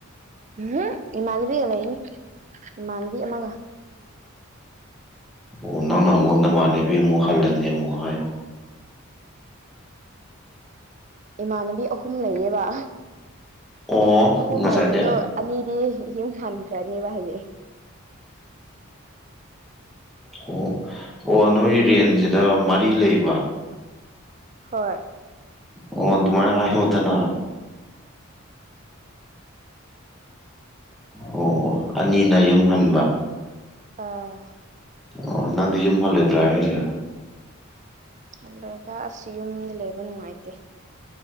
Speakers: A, on the right; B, in the centre.
A: ꯎꯝ ꯏꯃꯥꯟꯅꯕꯤꯒ ꯂꯩꯅꯤ ꯏꯃꯥꯟꯅꯕꯤ ꯑꯃꯒ꯫
B: ꯑꯣ ꯅꯪꯅ ꯃꯨꯛ ꯅꯃꯥꯟꯅꯕꯤ ꯑꯃꯨꯛ ꯍꯜꯂꯅꯤ ꯑꯃꯨꯛ ꯍꯥꯏ꯫
A: ꯏꯃꯥꯟꯅꯕꯤ ꯑꯍꯨꯝ ꯂꯩꯌꯦꯕ
B: ꯑꯣ
A: ꯑꯍꯨꯝ
B: ꯉꯁꯥꯏꯗꯤ
A: ꯂꯩꯕꯗꯣ꯫ ꯑꯅꯤꯗꯤ ꯌꯨꯝ ꯍꯟꯈ꯭ꯔꯅꯤ ꯕꯥ ꯍꯌꯦꯡ
B: ꯑꯣ ꯑꯣ ꯅꯣꯏ ꯔꯦꯟꯁꯤꯗ ꯃꯔꯤ ꯂꯩꯕ
A: ꯍꯣꯏ
B: ꯑꯣ ꯑꯗꯨꯃꯥꯏꯅ ꯍꯥꯏ ꯍꯗꯅ ꯑꯣ ꯑꯣ ꯑꯅꯤꯅ ꯌꯨꯝꯍꯟꯕ
A: ꯑꯥ
B: ꯑꯣ ꯅꯪꯗꯤ ꯌꯨꯝ ꯍꯜꯂꯣꯏꯗ꯭ꯔꯥ ꯍꯥꯏꯁꯦ
A: ꯍꯦꯜꯂꯣꯏꯗ ꯑꯁ ꯌꯨꯝꯗ ꯂꯩꯕ ꯅꯨꯡꯉꯥꯏꯇꯦ